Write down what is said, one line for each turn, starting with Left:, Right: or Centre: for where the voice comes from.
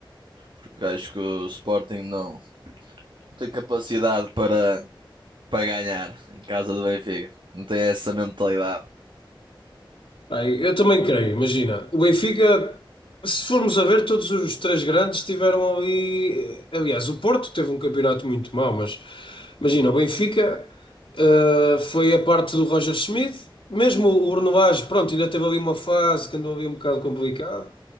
Right: Porque acho que o Sporting não. tem capacidade para, para ganhar em casa do Benfica. Não tem essa mentalidade.
Left: Bem, eu também creio, imagina, o Benfica, se formos a ver, todos os três grandes tiveram ali. Aliás, o Porto teve um campeonato muito mau, mas imagina, o Benfica eh, foi a parte do Roger Schmidt, mesmo o Bruno Lage, pronto, ainda teve ali uma fase que andou ali um bocado complicado.